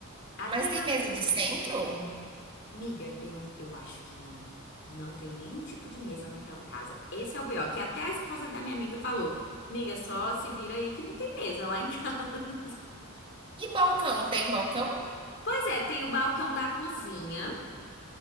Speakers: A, on the left; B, on the right.
A: até
B: Mas tem mesa de centro?
A: Miga, eu, eu acho que não. Não tem nenhum tipo de mesa naquela casa. Esse é o BO, que até a esposa da minha amiga falou: Miga, só se vira aí que não tem mesa lá em casa. <laughs>
B: E balcão? Tem balcão?
A: Pois é, tem o balcão da cozinha